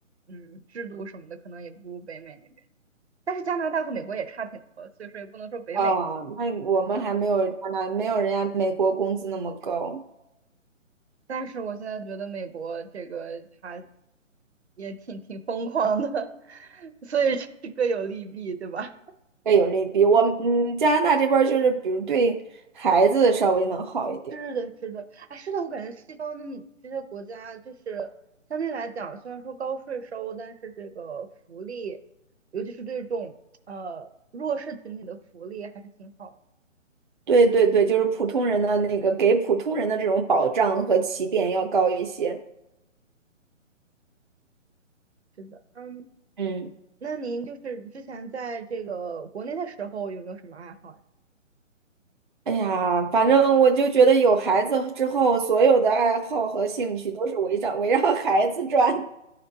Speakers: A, on the right; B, on the right.
A: 嗯制度什么的可能也不如北美那边。但是加拿大和美国也差挺多，所以说也不能说北美。
B: 哦，那我们还没有加拿没有人家美国工资那么高，
A: 但是我现在觉得美国这个它也挺挺疯狂的，<laughs> 所以是各有利弊，对吧？
B: 被有利比，我们嗯加拿大这边儿就是，比如对孩子稍微能好一点。
A: <laughs> 是的，是的，哎，是的，我感觉西方的这些国家，就是相对来讲，虽然说高税收，但是这个福利，尤其是对这种呃弱势群体的福利，还是挺好的。
B: 对对对，就是普通人的那个给普通人的这种保障和起点要高一些。
A: 是的，嗯，
B: 嗯，
A: 那您就是之前在这个国内的时候，有没有什么爱好呀？
B: 哎呀，反正我就觉得有孩子之后，所有的爱好和兴趣都是围绕围绕孩子转，